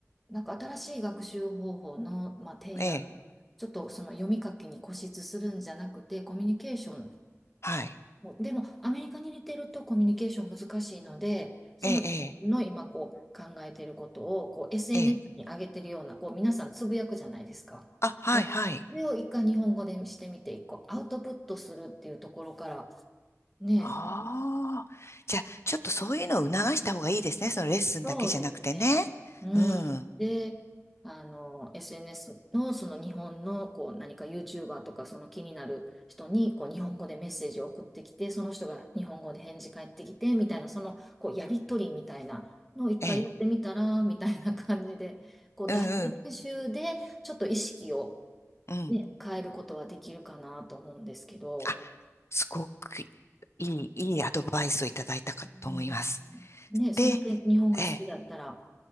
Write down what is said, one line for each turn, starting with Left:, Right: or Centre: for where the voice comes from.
Centre: なんか新しい学習方法の、まあ、提案、
Left: ええ、
Centre: ちょっとその読み書きに固執するんじゃなくて、コミュニケーション
Left: はい。
Centre: もうでも、アメリカに似てるとコミュニケーション難しいので、その、
Left: ええ、
Centre: の今こう考えていることをこう SNS
Left: ええ。ええ
Centre: に上げてるような、こう皆さんつぶやくじゃないですか。
Left: あ、はい、
Centre: はいそれを一回日本語でしてみて、
Left: はい。
Centre: 一個アウトプットするっていうところからね、
Left: ああ。じゃあ、ちょっとそういうのを促した方がいいですね。そのレッスンだけじゃなくてね。
Centre: そうですね。うん。
Left: うん。
Centre: で、あの、SNS のその日本のこう何か YouTuber とかその気になる人にこう日本語でメッセージを送ってきて、その人が日本語で返事返ってきてみたいな、そのこうやりとりみたいなのを一回やってみたらみたいな感じで、
Left: ええ。
Centre: こう脱練習でちょっと意識を、
Left: うんうん。うん。
Centre: ね、変えることはできるかなと思うんですけど、
Left: あ、すごくいい、いいアドバイスをいただいたかと思います。
Centre: うん、ね、
Left: で、
Centre: そんだけ日本が好きだったら、
Left: ええ、